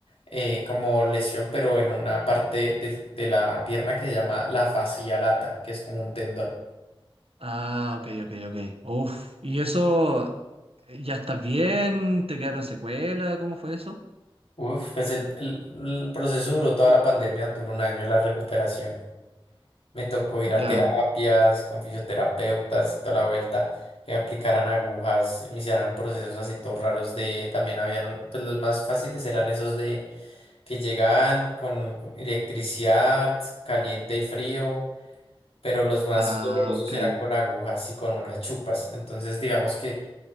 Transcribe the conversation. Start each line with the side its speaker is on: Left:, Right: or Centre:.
Left: eh, como lesión, pero en una parte del- de la pierna que se llama la fascia lata, que es como un tendón.
Right: ah, ok, ok, ok. Uf, ¿y eso eh, ya estás bien? ¿Te quedaron secuelas? ¿Cómo fue eso?
Left: Uf, pues el, el el proceso duró toda la pandemia, duró un año la recuperación. Me tocó ir
Right: Ya.
Left: a terapias con fisioterapeutas y toda la vuelta, que me aplicaran agujas, me hicieran procesos así todos raros de, también habían, un- pues los más fáciles eran esos de que llegaban con electricidad, caliente y frío, pero los más
Right: Ah,
Left: dolorosos
Right: ok.
Left: eran con agujas y con unas chupas. Entonces, digamos que